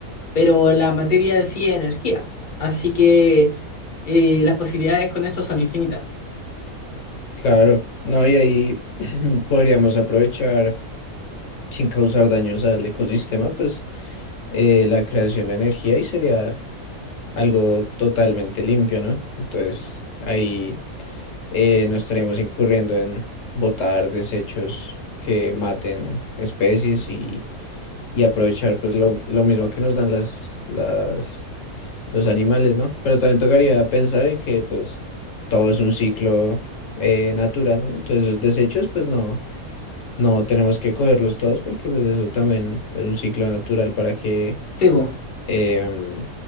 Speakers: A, on the left; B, on the left.
A: pero la materia en sí es energía. Así que eh, las posibilidades con eso son infinitas.
B: Claro, no, y ahí <clears throat> podríamos aprovechar sin causar daños al ecosistema, pues eh, la creación de energía y sería algo totalmente limpio, ¿no? Entonces ahí eh, no estaríamos incurriendo en botar desechos que maten especies y, y aprovechar pues lo, lo mismo que nos dan las, las los animales, ¿no? Pero también tocaría pensar en que pues todo es un ciclo eh, natural, ¿no? Entonces los desechos pues no, no tenemos que cogerlos todos porque pues eso también es un ciclo natural para que,
A: Temo,
B: em,